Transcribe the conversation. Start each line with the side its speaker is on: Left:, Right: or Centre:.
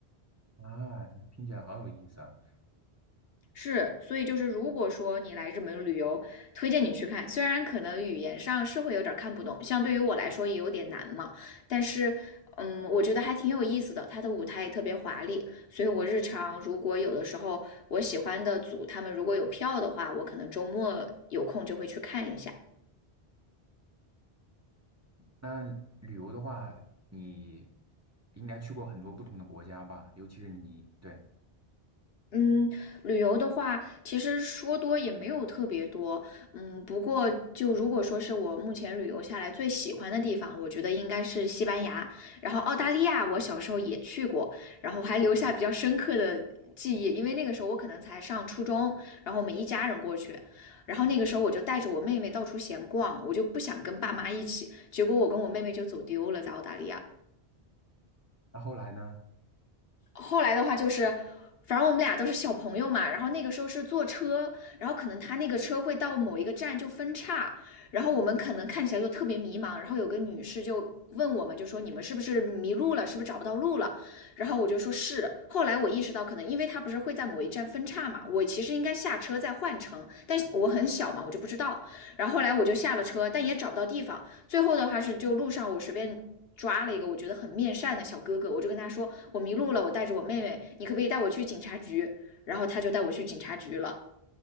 Right: 啊，那听起来好有意思啊！
Left: 是，所以就是如果说你来日本旅游，推荐你去看，虽然可能语言上是会有点看不懂，像对于我来说也有点难嘛，但是。嗯，我觉得还挺有意思的，它的舞台也特别华丽，所以我日常如果有的时候我喜欢的组他们如果有票的话，我可能周末有空就会去看一下。
Right: 那旅游的话，你应该去过很多不同的国家吧？尤其是你，对。
Left: 嗯，旅游的话，其实说多也没有特别多。嗯，不过就如果说是我目前旅游下来最喜欢的地方，我觉得应该是西班牙。然后澳大利亚，我小时候也去过，然后还留下比较深刻的记忆，因为那个时候我可能才上初中，然后我们一家人过去，然后那个时候我就带着我妹妹到处闲逛，我就不想跟爸妈一起，结果我跟我妹妹就走丢了，在澳大利亚。
Right: 那后来呢？
Left: 后来的话就是，反正我们俩都是小朋友嘛，然后那个时候是坐车，然后可能他那个车会到某一个站就分叉，然后我们可能看起来就特别迷茫，然后有个女士就问我们，就说你们是不是迷路了，是不是找不到路了？然后我就说是。后来我意识到，可能因为他不是会在某一站分叉嘛，我其实应该下车再换乘，但是我很小嘛，我就不知道。然后后来我就下了车，但也找不到地方。最后的话是就路上我随便抓了一个我觉得很面善的小哥哥，我就跟他说我迷路了，我带着我妹妹，你可不可以带我去警察局？然后他就带我去警察局了。